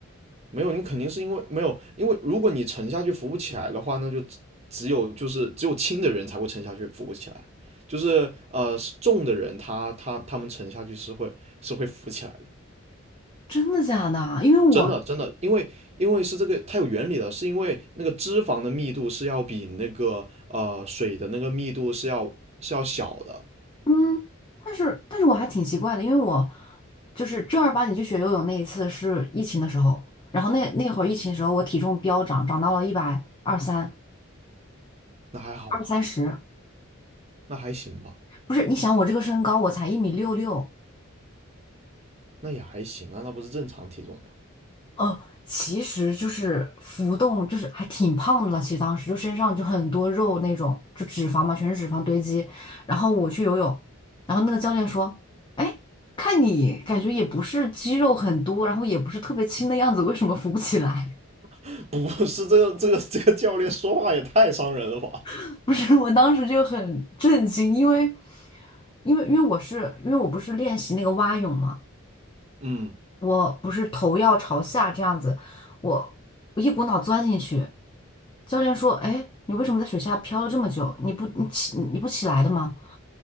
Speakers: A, on the right (about 30°); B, on the left (about 25°).
A: 没有，你肯定是因为没有，因为如果你沉下去浮不起来的话，那就只有就是只有轻的人才会沉下去浮不起来，就是呃重的人他他他们沉下去是会是会浮起来的，
B: 真的假的？因为我
A: 真的真的，因为因为是这个它有原理的，是因为那个脂肪的密度是要比那个呃水的那个密度是要是要小的，
B: 嗯，但是但是我还挺奇怪的，因为我就是正儿八经去学游泳那一次是疫情的时候，然后那那会儿疫情的时候我体重飙涨，涨到了一百二三
A: 那还好吧，
B: 二三十，二三十
A: 那还行吧。
B: 不是，你想我这个身高我才一米六六，
A: 那也还行啊，那不是正常体重吗？
B: 呃，其实就是浮动，就是还挺胖的了。其实当时就身上就很多肉那种，就脂肪嘛，全是脂肪堆积。然后我去游泳，然后那个教练说：“哎，看你感觉也不是肌肉很多，然后也不是特别轻的样子，为什么浮不起来？”
A: <laughs> 不是这个这个这个教练说话也太伤人了吧？
B: <laughs> 不是，我当时就很震惊，因为因为因为我是因为我不是练习那个蛙泳嘛，
A: 嗯，
B: 我不是头要朝下这样子，我我一股脑钻进去。教练说：“哎，你为什么在水下漂了这么久？你不你起你不起来的吗？”